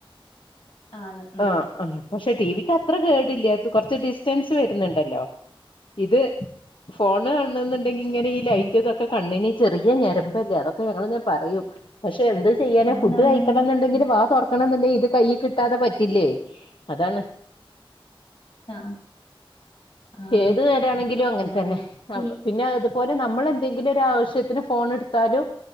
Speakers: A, on the left (about 85°); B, on the left (about 60°).
A: ആണ് ഉം
B: ആഹ് ആഹ് പക്ഷെ ടി വിക്ക് അത്ര കേടില്ല ഇത് കുറച്ച് ഡിസ്റ്റൻസ് വരുന്നുണ്ടല്ലോ ഇത് ഫോൺ കാണ എന്നുണ്ടെങ്കിൽ
A: പക്ഷെ
B: ഇങ്ങനെ ഈ ലൈറ്റ്ക്ക
A: ഉം
B: ഒക്കെ കണ്ണ്ന് ചെറിയ ഞരമ്പല്ലേ അതൊക്കെ ഞങ്ങള് ങ്ങനെ പറയും പക്ഷെ എന്ത് ചെയ്യാന
A: ആന്നാന്നാന്ന്
B: ഫുഡ് കഴിക്കണംന്നുണ്ടെങ്കില്
A: ഉം
B: വാ തുറക്കണംന്നുണ്ടങ്കി ഇത് കയ് കിട്ടാതെ പ ത്തില്ലേ അതാണ്
A: ആഹ് ആഹ്
B: ഏത് നേരാണെങ്കിലും അങ്ങൻ
A: ആഹ്
B: തന്നെ
A: പി
B: പിന്നെത് പ്പോലെ നമ്മൾ എന്തെങ്കിലും ഒരു ആവശ്യത്തിന് ഫോൺ എട്ത്താലും-